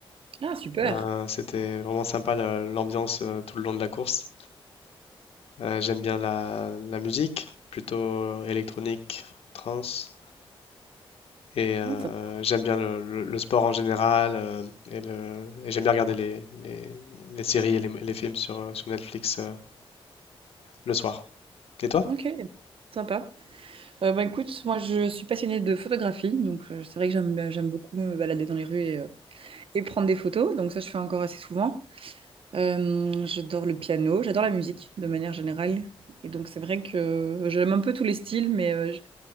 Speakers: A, on the right; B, on the left.
A: Ah, super.
B: Euh, c'était vraiment sympa la- l'ambiance euh, tout le long de la course. Euh, j'aime bien la, la musique, plutôt euh, électronique, trance, et euh,
A: Ah, sympa.
B: j'aime bien le, le- le sport en général, euh, et, le- et j'aime bien regarder les, les- les séries et les, les films sur, euh, sur Netflix euh, le soir. Et toi?
A: Ok, sympa. Euh, bah, écoute, moi je suis passionnée de photographie, donc euh, c'est vrai que j'aime j'aime beaucoup me balader dans les rues et, euh, et prendre des photos, donc ça je fais encore assez souvent. Euh, j'adore le piano, j'adore la musique de manière générale, et donc c'est vrai que euh, j'aime un peu tous les styles, mais euh, je-